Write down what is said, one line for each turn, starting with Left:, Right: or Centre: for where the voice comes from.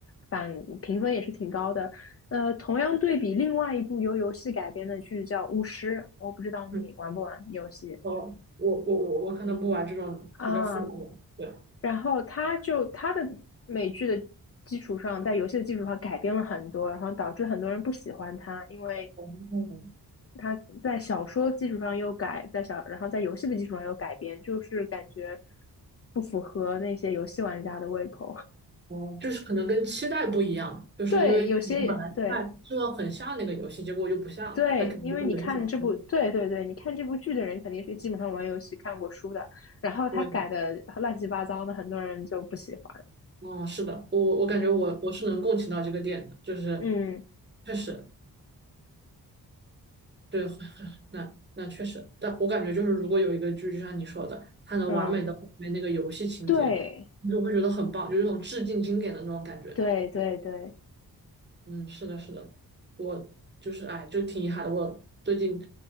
Left: 反评分也是挺高的。呃，同样对比另外一部由游戏改编的剧叫《巫师》，我不知道你玩不玩游戏
Right: 嗯哦，我我我我可能不玩这种比较复杂的。
Left: 啊。
Right: 对。
Left: 然后它就它的美剧的基础上，在游戏的基础上改编了很多，然后导致很多人不喜欢它，因为
Right: 哦
Left: 它在小说基础上又改，在小，然后在游戏的基础上又改编，就是感觉不符合那些游戏玩家的胃口。<laughs>
Right: 哦，就是可能跟期待不一样，就是因为你们本来期就希望很像那个游戏，
Left: 对，有些对
Right: 结果又不像，
Left: 对，
Right: 那肯定就会有一些小失望。
Left: 因为你看这部，对对对，你看这部剧的人肯定是基本上玩游戏看过书的，然后他改的乱七八糟的，
Right: 对，
Left: 很多人就不喜欢。
Right: 哦，是的，我我我感觉我我是能共情到这个点的，
Left: 嗯
Right: 就是
Left: 嗯
Right: 确实对，<laughs> 很很那那确实，但我感觉就是如果有一个剧，就像你说的，它能完美的还原那个游戏情节，
Left: 嗯，对
Right: 你就会觉得很棒，就有一种致敬经典的那种感觉。
Left: 对对对，
Right: 嗯，是的，是的，我就是哎，就挺遗憾的。我最近